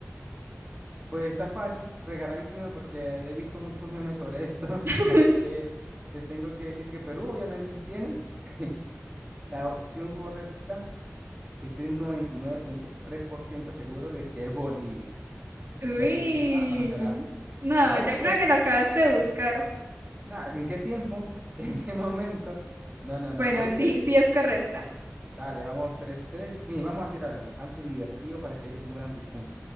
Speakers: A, on the right; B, on the right.
A: Pues está fácil, regaladísima porque he visto muchos memes sobre esto. <laughs>
B: <laughs>
A: Así que te tengo que decir que Perú obviamente sí tiene. <laughs> La opción correcta Estoy un 99.3% seguro de que es Bolivia.
B: Uy.
A: No sé si será o no será.
B: No,
A: ¿Correcto?
B: yo creo que lo acabaste de buscar.
A: Nada, ¿en qué tiempo? <laughs> ¿En qué momento? No, no, no.
B: Bueno,
A: ¿Bolivia,
B: sí,
A: sí?
B: sí es correcta.
A: Dale, vamos tres, tres. Mire, vamos a hacer algo, algo divertido para que yo sea un buen anfitrión.